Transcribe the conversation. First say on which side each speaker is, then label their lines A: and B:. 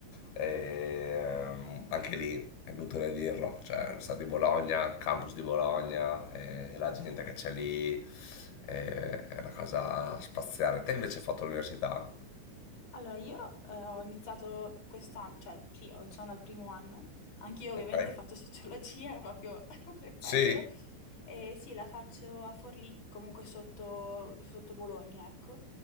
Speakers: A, on the left; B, on the left.
A: E, ehm, anche lì è inutile dirlo, cioè Università di Bologna, campus di Bologna, eh, la gente che c'è lì, eh, è una cosa spaziale. Te invece hai fatto l'università?
B: Allora, io eh, ho iniziato quest'anno, cioè sì, ho- sono al primo anno, anch'io ovviamente
A: Ok.
B: faccio sociologia, <laughs> proprio perfetto,
A: Sì.
B: e sì, la faccio a Forlì, comunque sotto, sotto Bologna, ecco,